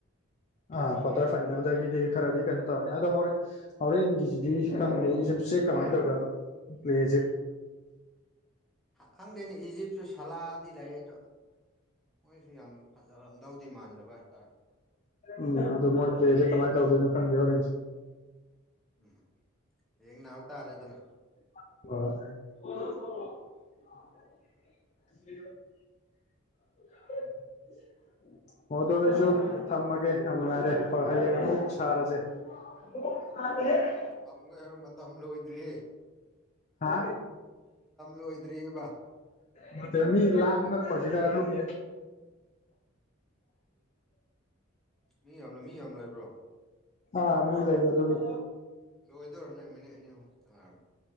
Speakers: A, on the left; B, in the centre.
A: ꯑꯥ ꯀ꯭ꯋꯥꯇꯔ ꯐꯥꯏꯅꯦꯜꯗꯒꯤꯗꯤ ꯈꯔꯗꯤ ꯀꯩꯅꯣ ꯇꯧꯔꯅꯤ ꯑꯗꯣ ꯍꯧꯔꯦꯟ ꯍꯣꯔꯦꯟꯒꯤꯖꯤꯗꯤ ꯈꯪꯗꯦ ꯏꯖꯤꯞꯁꯦ ꯀꯃꯥꯏꯅ ꯇꯧꯔꯤ ꯖꯠꯅꯣ ꯄ꯭ꯂꯦꯁꯦ <inaudible>
B: ꯈꯪꯗꯦꯅꯦ ꯏꯖꯤꯞꯁꯨ ꯁꯥꯂꯗꯤ ꯂꯩ ꯑꯗꯣ ꯃꯣꯏꯁꯨ ꯌꯥꯝ ꯐꯖꯔꯝꯗꯧꯗꯤ ꯃꯥꯟꯗꯕ ꯍꯥꯏꯇꯥꯔꯦ
A: ꯎꯝ ꯑꯗꯨ ꯃꯣꯏ ꯄ꯭ꯂꯦꯁꯦ ꯀꯃꯥꯏꯅ ꯇꯧꯗꯣꯏꯅꯣ ꯈꯪꯗꯦ ꯍꯣꯔꯦꯟ
B: ꯎꯝ ꯌꯦꯡꯅꯕ ꯇꯔꯦꯗꯅ
A: ꯑꯥ <unintelligible> ꯑꯣ ꯑꯗꯣ ꯑꯩꯁꯨ ꯊꯝꯃꯒꯦ ꯌꯥꯝ ꯅꯨꯡꯉꯥꯏꯔꯦ ꯍꯣꯏ ꯍꯌꯦꯡ ꯑꯃꯨꯛ ꯁꯥꯔꯁꯦ ꯑꯣ <unintelligible>
B: ꯊꯝꯕꯒꯦ ꯍꯥꯏꯔꯣ ꯃꯇꯝ ꯂꯣꯏꯗ꯭ꯔꯤ
A: ꯍꯥ
B: ꯂꯣꯏꯗ꯭ꯔꯤꯑꯕ
A: ꯅꯇꯦꯃꯤ ꯂꯪꯉꯛ ꯄꯁꯤꯗꯥ ꯑꯗꯨꯜꯤ
B: ꯃꯤ ꯌꯥꯝꯅ ꯃꯤ ꯌꯥꯝꯅ ꯂꯩꯕ꯭ꯔꯣ
A: ꯑꯥ ꯃꯤ ꯂꯩꯕ ꯑꯗꯨꯒꯤ
B: ꯂꯣꯏꯗꯧꯔꯝꯃꯦ ꯃꯤꯅꯤꯠ ꯑꯅꯤ ꯑꯍꯨꯝ ꯈꯛꯇ ꯉꯥꯏꯔꯃꯦ